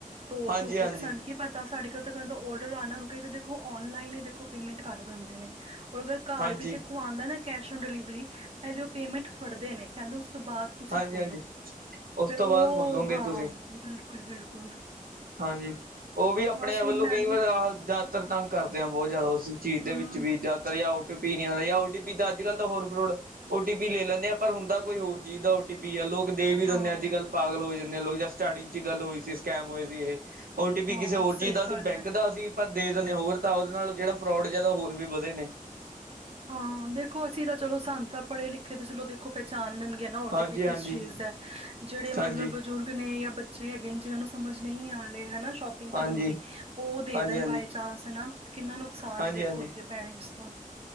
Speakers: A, on the right; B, on the right.
A: ਧੋ
B: ਹਾਂਜੀ
A: ਧੂ ਕੇ
B: ਹਾਂਜੀ
A: ਸਾਨੁੰ ਕੀ ਪਤਾ। ਤਾਂ ਸਾਡੇ ਕੋਲ ਤਾਂ ਕਹਿੰਦਾ ਔਡਰ ਆਨਾ ਹੁੰਦਾ ਕਈ ਤੇ ਦੇਖੋ ਔਨਲਾਈਨ ਹੀੋ ਦੇਖੋ ਪੇਮੈਂਟ ਕਰ ਦਿੰਦੇ ਨੇ। ਅਗਰ ਘਰ
B: ਹਾਂਜੀ
A: ਵੀ ਦੇਖੋ ਆਉਂਦਾ ਨਾ ਕੈਸ਼ ਔਨ ਡਿਲੀਵਰੀ ਪਹਿਲੇ ਉਹ ਪੇਮੈਂਟ ਫੜਦੇ ਨੇ ਕਹਿੰਦੇ ਉਸ ਤੋਂ ਬਾਅਦ। ਤੁਸੀਂ
B: ਹਾਂਜੀ
A: ਖੋਲੋ
B: ਹਾਂਜੀ ਉਸ
A: ਫੇਰ
B: ਤੋਂ
A: ਉਹ
B: ਬਾਅਦ ਖੋਲੋਗੇ
A: ਹਾਂ
B: ਤੁਸੀਂ
A: ਬਿਲਕੁਲ -ਬਿਲਕੁਲ।
B: ਹਾਂਜੀ। ਉਹ ਵੀ ਆਪਣੇ
A: ਬਸ
B: ਵੱਲੋਂ
A: ਹੁਣ ਮੈਂ
B: ਕਈ
A: ਵੀ
B: ਵਾਰ ਆਹ ਜ਼ਿਆਦਾਤਰ ਤੰਗ ਕਰਦੇ ਆਾਂ ਬਹੁਤ ਜ਼ਿਆਦਾ ਉਸ ਚੀਜ਼ ਦੇ
A: ਹਮ
B: ਵਿੱਚ ਵੀ। ਜਾਂ ਓਟੀ ਪੀ ਆਂਦਾ ਜਾਂ ਓ ਟੀ ਪੀ ਤਾਂ ਅੱਜ ਕੱਲ ਤਾਂ ਹੋਰ ਫਰੋੜ। ਓ ਟੀ ਪੀ ਲੇ ਲੈਂਨੇ ਆ ਪਰ ਹੁੰਦਾ ਕੋਈ ਹੋਰ ਚੀਜ਼ ਦਾ ਓ ਟੀ ਪੀ। ਵੀ ਆ ਲੋਕ ਦੇ ਵੀ ਦਿੰਦੇ
A: ਹਾਂ
B: ਆ ਅੱਜ ਕੱਲ ਪਾਗਲ ਹੋ ਜਾਂਦੇ ਆ ਲੋਕ ਜ ਸਟਾਰਟਿੰਗ ਚ ਗੱਲ ਹੋਈ ਸੀ ਸਕੈਮ ਹੋਏ ਸੀ ਇਹ। ਓ ਟੀ
A: ਹਾਂ
B: ਪੀ ਕਿਸੇ ਹੋਰ
A: ਸਹੀ
B: ਚੀਜ਼ ਦਾ ਸੀ
A: ਗੱਲ
B: ਬੈਂਕ
A: ਹੈ
B: ਦਾ ਸੀ। ਆਪਾਂ ਦੇ ਦਿੰਨੇ ਹੋਰ ਤਾਂ ਉਹਦੇ ਨਾਲ ਜਿਹੜਾ ਫਰੋਡ ਜਦਾ ਹੋਰ ਵੀ ਵਧੇ ਨੇ।
A: ਹਾਂ ਦੇਖੋ ਅਸੀਂ ਤਾਂ ਚਲੋ ਸਾਨੁੰ ਤਾਂ ਪੜ੍ਹੇ ਲਿਖੇ ਤੇ ਚਲੋ। ਪਹਿਚਾਣ ਲੈਣਗੇ ਨਾ ਓ
B: ਹਾਂਜੀ
A: ਟੀ ਪੀ ਕਿਸ
B: ਹਾਂਜੀ
A: ਚੀਜ਼ ਦੈ ਜੇੜੇ
B: ਹਾਂਜੀ
A: ਮਤਲਬ ਬਜ਼ੁਰਗ। ਨੇ ਜਾਂ ਬੱਚੇ ਹੈਗੇ ਨੇ ਜਿਹਨਾਂ ਨੂੰ ਸਮਝ ਨਹੀਂ ਆਾਲੇ ਹਨਾ ਸ਼ੋਪ
B: ਹਾਂਜੀ
A: ਕਰਨ ਦੀ
B: ਹਾਂਜੀ
A: ਉਹ ਦੇ
B: ਹਾਂਜੀ
A: ਦੇਣ ਬਏ ਚਾਂਸ ਹਨਾ ਕਿੰਨਾ ਨੁਕਸਾਨ
B: ਹਾਂਜੀ
A: ਹੈ ਦੇਖੋ
B: ਹਾਂਜੀ
A: ਅੱਗੇ ਪੇਰੈਂਟਸ ਦਾ